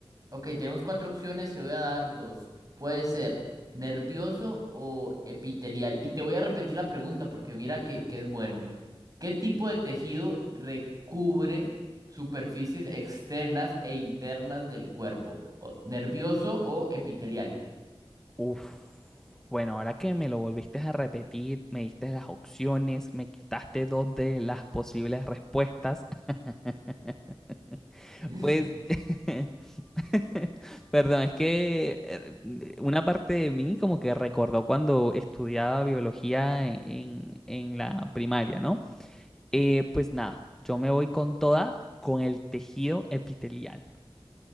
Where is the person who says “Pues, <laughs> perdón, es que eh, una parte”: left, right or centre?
Centre